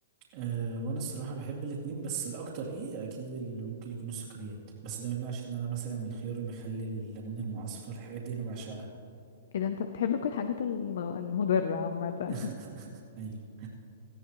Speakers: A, on the right; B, on the left.
A: أه وانا الصراحه بحب الاتنين بس الاكتر ايه اكيد اللي ممكن يكون السكريات بس ده ما يمنعش ان انا مثلا الخيار المخلل الليمون المعصفر الحاجات دي انا بعشقها
B: ايه ده انت بتحب كل الحاجات ال- المضرة عامة
A: <laughs>
B: <laughs>
A: ايوه